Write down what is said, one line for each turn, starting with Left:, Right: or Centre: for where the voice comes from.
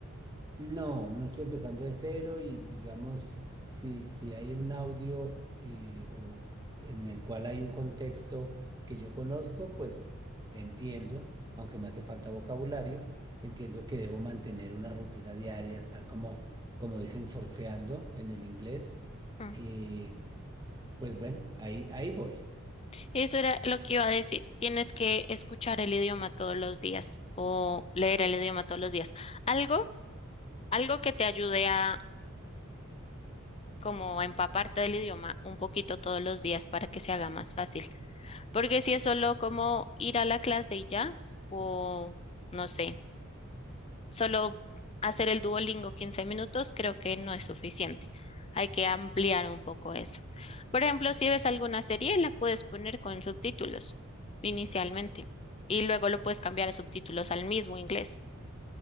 Right: No, no estoy empezando de cero y digamos, si, si hay un audio eh, o en el cual hay un contexto que yo conozco, pues entiendo, aunque me hace falta vocabulario, entiendo que debo mantener una rutina diaria, estar como, como dicen, surfeando en el inglés.
Left: Mm.
Right: Y pues bueno, ahí, ahí voy.
Left: Eso era lo que iba a decir. Tienes que escuchar el idioma todos los días o leer el idioma todos los días. Algo, algo que te ayude a, como empaparte del idioma un poquito todos los días para que se haga más fácil. Porque si es solo como ir a la clase y ya, o no sé, solo hacer el Duolingo 15 minutos, creo que no es suficiente. Hay que ampliar un poco eso. Por ejemplo, si ves alguna serie, la puedes poner con subtítulos inicialmente y luego lo puedes cambiar a subtítulos al mismo inglés.